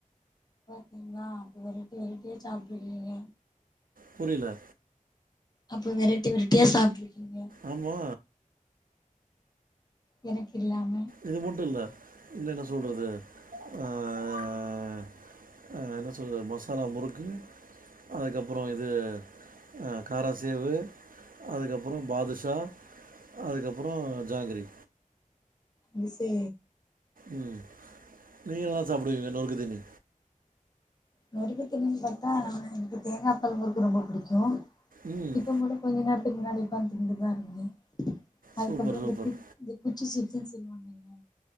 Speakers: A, on the left; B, on the right.
A: பாத்தீங்ளா அப்ப வெரைட்டி வெரைட்டியா சாப்டு இருக்கீங்க
B: புரிலா
A: அப்ப வெரைட்டி வெரைட்டியா சாப்டிருக்கீங்க
B: ஆமா
A: எனக்கு இல்லாம
B: இது மட்டு இல்ல இன்னு என்ன சொல்றது ஆ ஆ ஆ என்ன சொல்றது மசாலா முறுக்கு அதுக்கப்றோ இது ஆ கார சேவு அதுக்கப்றோ பாதுஷா அதுக்கப்றோ ஜாங்கிரி
A: யூ சே
B: ம் நீங்க என்னா சாப்புடுவீங்க நொறுக்கு தினி
A: நொறுக்குதிணிண்னு பாத்தா எனக்கு தேங்கா பால் முறுக்கு ரொம்ப புடிக்கு
B: ம்
A: இப்பங் கூட கொஞ்ச நேரத்துக்கு முன்னாடி ஒக்காந்து திண்ணுட்டுதா இருந்த அதுக்கப்றோ
B: சூப்பர்
A: இந்த
B: சூப்பர்
A: குச் குச்சி சீப்ஸ்னு சொல்வாங்கல்ல